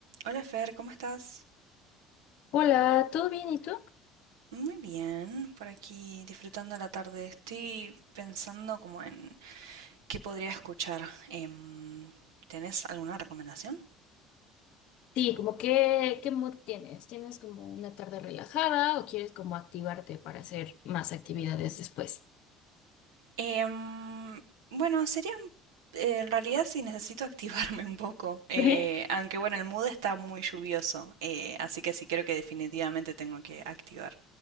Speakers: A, on the right; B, on the left.
A: Hola Fer, ¿cómo estás?
B: Hola, ¿todo bien? ¿Y tú?
A: Muy bien, por aquí disfrutando la tarde. Estoy pensando como en qué podría escuchar. Em, ¿tenés alguna recomendación?
B: Sí, como qué, qué mood tienes? ¿Tienes como una tarde relajada o quieres como activarte para hacer más actividades después?
A: Em, bueno, sería eh, en realidad si necesito <laughs> activarme un poco, eh,
B: Ujú.
A: aunque bueno, el mood está muy lluvioso, eh, así que sí creo que definitivamente tengo que activar.